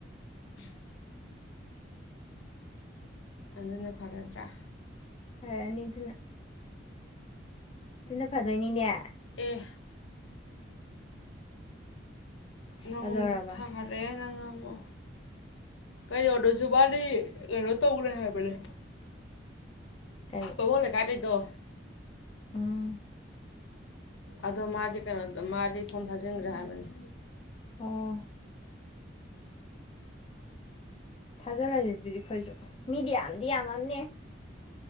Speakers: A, on the left (about 80°); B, on the left (about 30°).
A: ꯑ ꯑꯗꯨꯅ ꯐꯔꯗ꯭ꯔꯥ
B: ꯍꯅꯤꯗꯨꯅ ꯁꯤꯟꯅ ꯐꯗꯣꯏꯅꯤꯅꯦ
A: ꯑꯦ ꯅꯪꯉꯣꯟꯗ
B: ꯀꯗꯧꯔꯕ
A: ꯊꯥꯔꯦ ꯅꯪ ꯑꯃꯃꯣ ꯀꯩꯧꯔꯗꯁꯨ ꯃꯥꯕꯥꯂꯤ ꯀꯩꯅꯣ ꯇꯧꯈ꯭ꯔꯦ ꯍꯥꯏꯕꯅꯦ
B: ꯀꯩ
A: ꯇꯉꯣ ꯂꯩꯀꯥꯏꯗꯗꯣ
B: ꯎꯝ
A: ꯑꯗꯣ ꯃꯥꯗꯤ ꯀꯩꯅꯣꯗꯣ ꯃꯥꯗꯤ ꯊꯣꯡ ꯊꯥꯖꯤꯟꯈ꯭ꯔꯦ ꯍꯥꯏꯕꯅꯤ
B: ꯑꯣ ꯊꯥꯖꯤꯜꯂꯁꯤꯦ ꯑꯗꯨꯗꯤ ꯑꯩꯈꯣꯏꯁꯨ ꯃꯤꯗꯤ ꯌꯥꯝꯗꯤ ꯌꯥꯝꯃꯝꯅꯦ